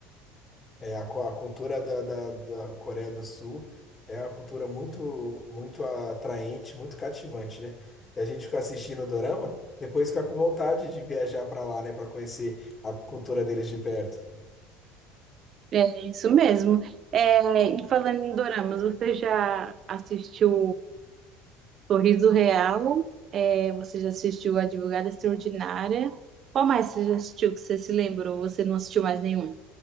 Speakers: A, on the left; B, on the right.
A: É, a, cu- a cultura da, da, da Coreia do Sul é uma cultura muito, muito atraente, muito cativante, né? E a gente fica assistindo o dorama, depois fica com vontade de viajar para lá, né, para conhecer a cultura deles de perto.
B: É isso mesmo. É, e falando em doramas, você já assistiu Sorriso Real, é, você já assistiu Advogada Extraordinária. Qual mais você já assistiu que você se lembrou? Você não assistiu mais nenhum?